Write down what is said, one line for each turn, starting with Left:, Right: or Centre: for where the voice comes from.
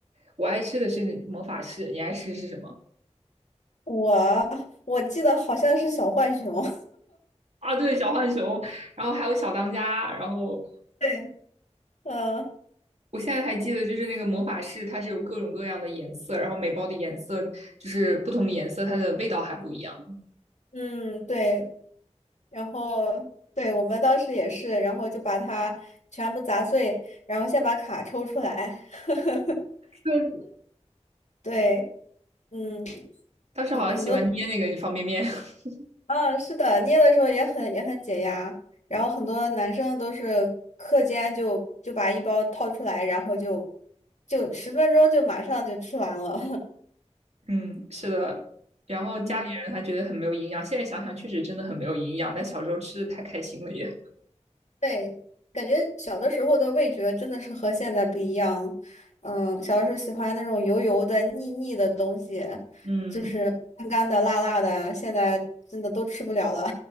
Right: 我爱吃的是那魔法士，你爱吃的是什么？
Left: 我我记得好像是小浣熊，
Right: 啊，对，小浣熊，然后还有小当家，然后
Left: <laughs> 对，嗯
Right: 我现在还记得就是那个魔法士，它是有各种各样的颜色，然后每包的颜色就是不同的颜色，它的味道还不一样。
Left: 嗯对，然后对我们当时也是，然后就把它全部砸碎，然后先把卡抽出来，<laughs>
Right: 对，
Left: 对，嗯，
Right: 当时好像喜欢捏那个方便面，
Left: 很很多，
Right: <laughs>
Left: 啊，是的，捏的时候也很也很解压，然后很多男生都是课间就就把一包掏出来，然后就就十分钟就马上就吃完了，
Right: 嗯，是的。然后家里人还觉得很没有营养，
Left: <laughs> 嗯。
Right: 现在想想确实真的很没有营养，但小时候吃的太开心了也。
Left: 对，感觉小的时候的味觉真的是和现在不一样。嗯，小的时候喜欢那种油油的、腻腻的东西，
Right: 嗯，
Left: 就是干干的、辣辣的，现在真的都吃不了了。